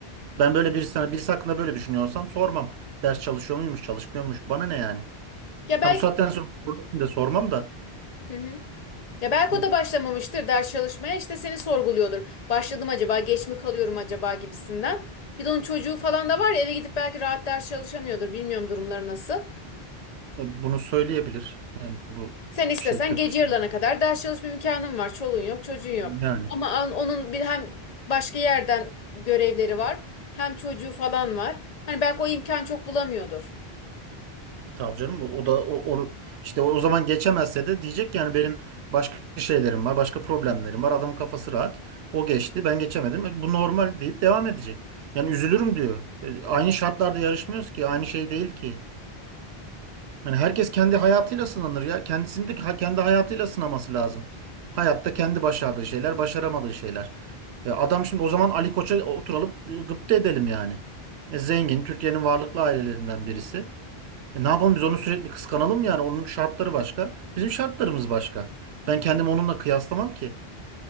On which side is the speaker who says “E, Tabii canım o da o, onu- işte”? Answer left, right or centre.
Right